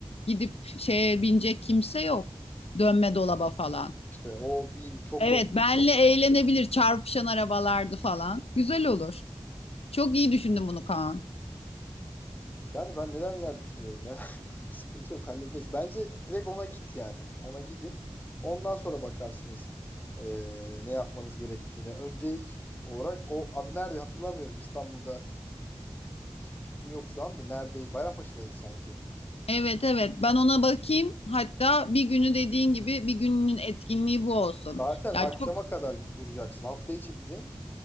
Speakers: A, on the left (about 80°); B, on the left (about 15°).
A: gidip şeye binecek kimse yok. Dönme dolaba falan.
B: İşte o bin çok
A: Evet
B: kork-
A: benle eğlenebilir çarpışan arabalardı falan. Güzel olur. Çok iyi düşündün bunu Kaan.
B: yani ben neler düşünüyorum ben. <laughs> Sıkıntı yok hallederiz. Bence direkt ona git yani. Ona gidin. Ondan sonra bakarsınız eee, ne yapmanız gerektiğine. Öncelik olarak o adı nerede hatırlamıyorum. İstanbul'da hiçbir fikrim yok şu anda. Neredeydi? Bayrampaşa'daydı sanki.
A: Evet evet ben ona bakayım. Hatta bir günü dediğin gibi bir gününün etkinliği bu olsun.
B: Zaten
A: Ya
B: akşama
A: çok
B: kadar duracaksın. Hafta içi gidin.